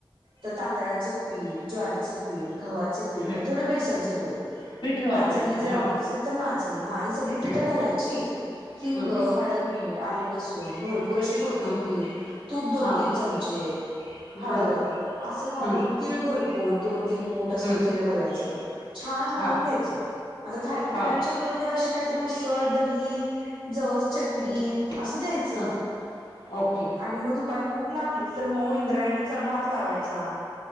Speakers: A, on the right; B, on the left.
A: त तांदळाचं पीठ ज्वारीच पीठ गव्हाच ठ
B: हं
A: आणि थोड बेसनच पीठ
B: पीठ वापरायचे
A: नाचणी जर
B: हा
A: आवडत असेल तर नाचणी हा ही सगळी पीठं
B: हम्म
A: घालायची. हिंग,
B: हम्म
A: हळद, मीठ, आले, लसूण भरपूर अशी कोथिंबीर
B: हम्म
A: तूप दोन
B: हां
A: तीन चमचे. हळद
B: बरोबर
A: असं घालून
B: हम्म
A: तीळ भरपूर दोन तीळ मूठ असं
B: हम्म
A: तीळ घालायचं. छान मळून
B: हां
A: घ्यायचं आता थालीपीठांच्या
B: हां
A: बरोबर अस कायतरी उसळ दही जवस चटणी
B: हम्म
A: असं द्यायचं
B: हम्म ओके
A: आणि म दुपारी भूक लागलीच मऊ इंद्राणीचा भात लावायचा